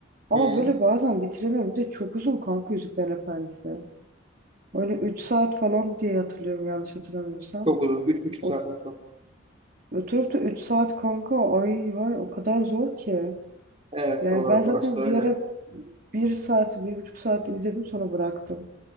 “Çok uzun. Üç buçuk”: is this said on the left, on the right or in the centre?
Right